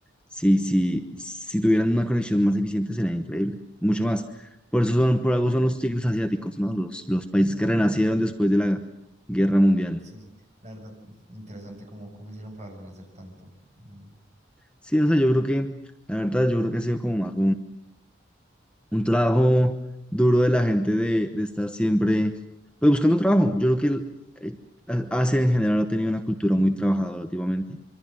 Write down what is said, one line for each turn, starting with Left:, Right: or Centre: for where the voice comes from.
Centre: si, si, si tuvieran una conexión más eficiente sería increíble, mucho más. Por eso son, por algo son los tigres asiáticos, ¿no? Los, los países que renacieron después de la Guerra Mundial.
Right: Sí, sí, la verdad, interesante cómo, cómo hicieron para renacer tanto. Mm,
Centre: Sí, o sea, yo creo que, la verdad, yo creo que ha sido como más un trabajo duro de la gente de, de estar siempre, pues buscando trabajo. Yo creo que el- eh, A- Asia en general ha tenido una cultura muy trabajadora últimamente,